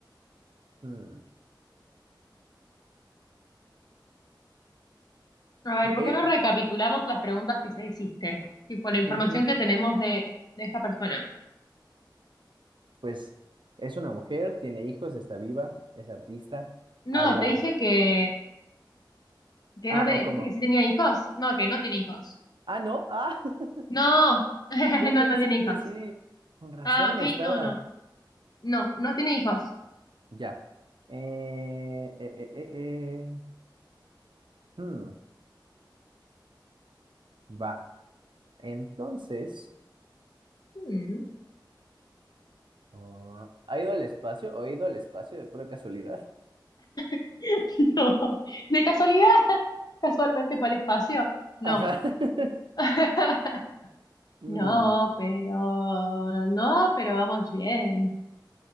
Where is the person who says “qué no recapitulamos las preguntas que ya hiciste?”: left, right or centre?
Left